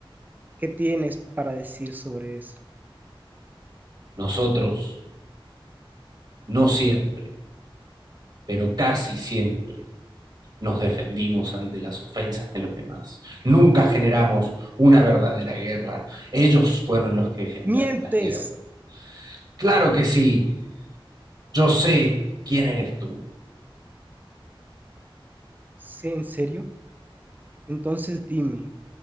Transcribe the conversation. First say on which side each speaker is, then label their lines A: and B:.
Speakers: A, on the right; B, on the right.
A: ¿Qué tienes para decir sobre eso?
B: nosotros, no siempre, pero casi siempre. Nos defendimos ante las ofensas de los demás. Nunca generamos una verdadera guerra. Ellos fueron los que generaron
A: ¡Mientes!
B: las guerras. Claro que sí, Yo sé quién eres tú.
A: ¿Sí, ¿En serio? Entonces dime,